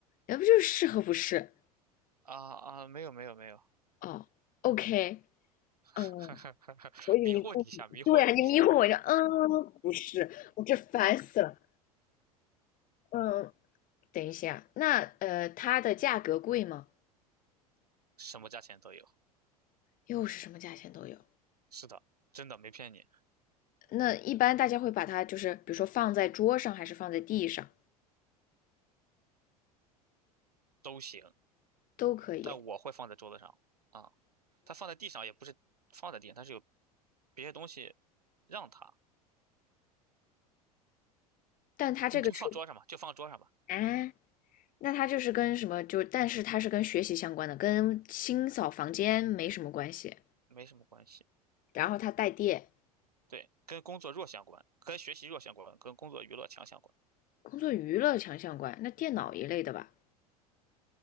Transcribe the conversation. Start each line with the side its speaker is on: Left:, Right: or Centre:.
Left: 那不就是适合不是？
Right: 啊啊，没有没有没有，
Left: 哦，OK，
Right: <laughs>
Left: 嗯，我以为你故意，
Right: 迷惑你一下，迷惑你一下，
Left: 对啊，你迷糊我一下，嗯，不是，我这烦死了。嗯，等一下，那呃，它的价格贵吗？
Right: 什么价钱都有，
Left: 又是什么价钱都有。
Right: 是的，真的没骗你，
Left: 那一般大家会把它就是，比如说放在桌上，还是放在地上，
Right: 都行，
Left: 都可以。
Right: 但我会放在桌子上啊。它放在地上也不是放在地上，它是有别的东西让它，
Left: 但它这个是
Right: 你就放桌上吧，就放桌上吧，
Left: 啊，那它就是跟什么就，但是它是跟学习相关的，跟清扫房间没什么关系。
Right: 没什么关系。
Left: 然后它带电，
Right: 对，跟工作弱相关，跟学习弱相关，跟工作娱乐强相关，
Left: 工作娱乐强相关。那电脑一类的吧，